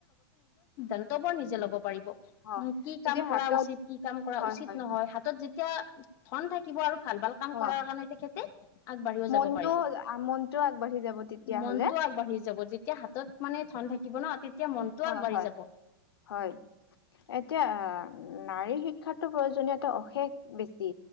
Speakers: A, on the left; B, on the left.
A: সিদ্ধান্তবোৰ নিজে ল'ব পাৰিব
B: হয়
A: কি
B: যদি
A: কাম কৰা
B: হাতত
A: উচিত কি কাম কৰা
B: হয়
A: উচিত
B: হয়
A: নহয়
B: হয়
A: হাতত যেতিয়া ধন থাকিব আৰু ভাল ভাল কাম
B: হয়
A: কৰাৰ কাৰণে তেখেতে আগবাঢ়িও
B: মনটো
A: যাব পাৰিব।
B: মনটো আগবাঢ়ি যাব তেতিয়াহলে
A: মনটো আগবাঢ়ি যাব যেতিয়া হাতত মানে ধন থাকিব ন তেতিয়া মনটো
B: হয়
A: আগবাঢ়ি
B: হয়
A: যাব
B: হয় এতিয়া অহ। নাৰীৰ শিক্ষাতো প্ৰয়োজনীয়তা অশেষ বেছি।